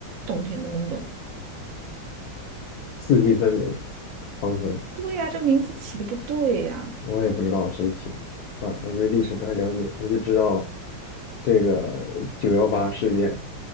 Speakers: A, on the right; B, on the left.
A: 冬天那么冷。
B: 四季分明，长春，
A: 对呀，这名字起的不对呀。
B: 我也不知道谁起的，啊，我对历史不太了解，我就知道这个九幺八事件，